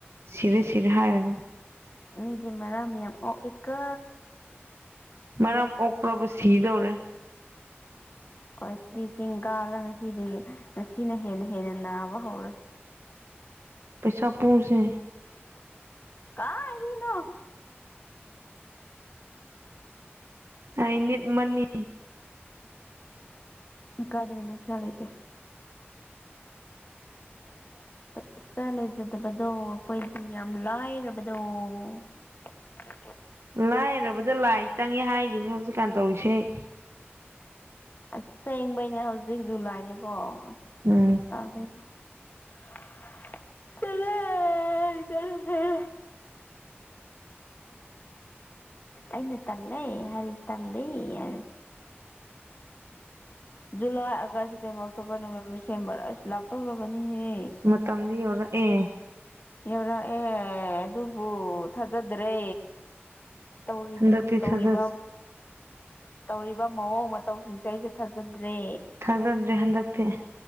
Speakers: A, on the right; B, on the left.
A: ꯁꯤꯔꯦ ꯁꯤꯔꯦ ꯍꯥꯏꯔꯅꯨ
B: ꯃꯤꯗꯤ ꯃꯔꯝꯌꯥꯝ ꯑꯣꯛꯑꯦꯀꯣ
A: ꯃꯔꯝ ꯑꯣꯛꯄ꯭ꯔꯕꯨ ꯁꯤꯗꯧꯔꯦ
B: ꯑꯩꯈꯣꯏꯗꯤ ꯆꯤꯡ ꯀꯥꯔ ꯉꯁꯤꯗꯤ ꯉꯁꯤꯅ ꯍꯦꯟꯅ ꯍꯦꯟꯅ ꯅꯥꯕ ꯍꯧꯔꯦ
A: ꯄꯩꯁꯥ ꯄꯨꯁꯦ
B: ꯀꯥꯏꯗꯒꯤꯅꯣ
A: ꯑꯥꯏ ꯅꯤꯠ ꯃꯅꯤ
B: ꯑꯗꯨ ꯀꯥꯏꯗꯩꯅꯣ ꯅꯨꯁꯤ ꯂꯩꯇꯦ <inaudible> ꯄꯩꯁꯥ ꯂꯩꯖꯗꯕꯗꯣ ꯑꯩꯈꯣꯏꯗꯤ ꯌꯥꯝ ꯂꯥꯏꯔꯕꯗꯣ <inaudible>
A: ꯂꯥꯏꯔꯕꯗ ꯂꯥꯏ ꯆꯪꯉꯦ ꯍꯥꯏꯗꯨꯅꯤ ꯍꯧꯖꯤꯛꯀꯥꯟ ꯇꯧꯔꯤꯁꯦ ꯑꯩ
B: ꯑꯁꯦꯡꯕꯩꯅꯦ ꯍꯧꯖꯤꯛ ꯖꯨꯂꯥꯏꯅꯤꯀꯣ ꯑꯁ
A: ꯎꯝ
B: ꯆꯠꯂꯦ ꯆꯠꯂꯦ ꯆꯠꯂꯦ ꯑꯩꯅ ꯇꯜꯂꯦ ꯍꯥꯏꯔꯗꯤ ꯇꯜꯂꯦ ꯍꯥꯏꯔ July August September October November December ꯑꯁ ꯂꯥꯛꯇꯧꯔꯕꯅꯤꯍꯦ
A: ꯃꯇꯝꯗꯤ ꯌꯧꯔꯛꯑꯦ
B: ꯌꯧꯔꯛꯑꯦ ꯑꯗꯨꯕꯨ ꯊꯥꯖꯗ꯭ꯔꯦ ꯇꯧꯔꯤꯕ꯭ꯌꯨ
A: ꯍꯟꯗꯛꯇꯤ
B: ꯇꯧꯔꯤꯕ
A: ꯊꯥꯖ
B: ꯇꯧꯔꯤꯕ ꯃꯑꯣꯡ ꯃꯇꯧꯁꯤꯡꯁꯦ ꯑꯩꯁꯦ ꯊꯥꯖꯗ꯭ꯔꯦ
A: ꯊꯥꯖꯗ꯭ꯔꯦ ꯍꯟꯗꯛꯇꯤ